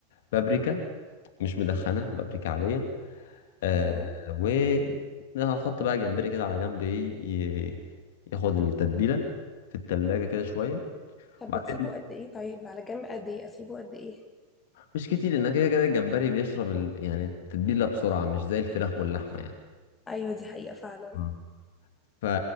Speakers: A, on the left; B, on the left.
A: بابريكا مش مدخنه بابريكا عاديه أه
B: مم.
A: و هحط بقى جمبري كده على جنب ايه ي- ياخد التتبيله في التلاجة كده شويه
B: طب
A: وبعدين
B: بتسيبه قد ايه طيب على جنب قد ايه اسيبه قد ايه
A: مش كتير لان كده كده الجمبري بيشرب ال... يعني التتبيله بسرعه مش زي الفراخ واللحمه
B: ايوه دي حقيقة فعلا
A: يعني ف...